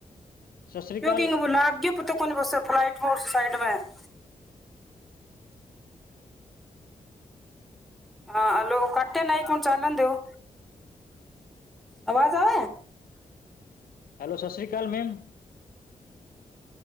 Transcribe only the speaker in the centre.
ਮੈਂ <unintelligible> ਹਾਂਲੋ ਕਕਟਯੋ ਨਾ ਇਕ ਮਿੰਟ ਚਾਲਣ ਦੇਓ ਆਵਾਜ਼ ਆ।